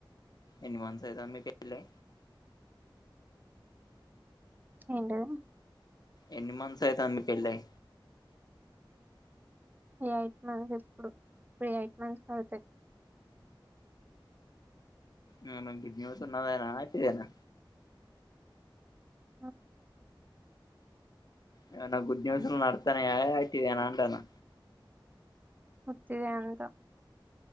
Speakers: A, on the left; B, on the right.
A: ఎన్ని మంత్స్ అయితాంది మీ పెళ్ళై
B: ఏంటి
A: ఎన్ని మంతస్ అయితుంది పెళ్ళయి
B: ఎయిట్ మంత్స్ ఇప్పుడు, ఎయిట్ మంత్స్ అవ్తయ్
A: ఆ ఏమైనా గుడ్ న్యూస్ ఉన్నవేనా ఐతనా
B: ఆ
A: ఏవన్నా గుడ్ న్యూస్ల్ నడత్నయా అంటైనా అంటన్నా
B: ఉత్తిదే అంతా